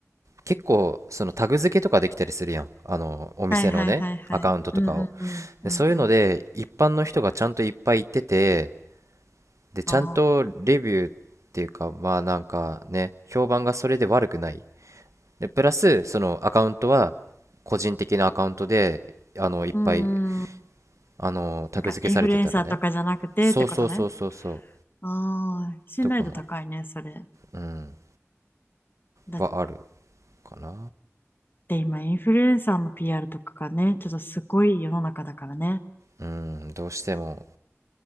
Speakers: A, on the right (about 80°); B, on the left (about 45°).
A: 結構、そのタグ付けとかできたりするやん。あの、お店のね、
B: はいはいはいはいうんうんうんうんうん
A: アカウントとかを。でそういうので、一般の人がちゃんといっぱい行ってて、で、ちゃんとレビューっていうか、
B: あ
A: まあなんかね、評判がそれで悪くない。で、プラス、そのアカウントは個人的なアカウントで、あの、いっぱい、
B: あうーん
A: あの、タグ付けされてたらね。
B: なんかインフルエンサーとかじゃなくてってことね
A: そうそうそうそうそう。
B: ああ信頼度高いねそれ
A: とかもある、うん、
B: だ
A: はあるかな。
B: で、今、インフルエンサーの PR とかがね、ちょっとすごい世の中だからね。
A: うん、どうしても。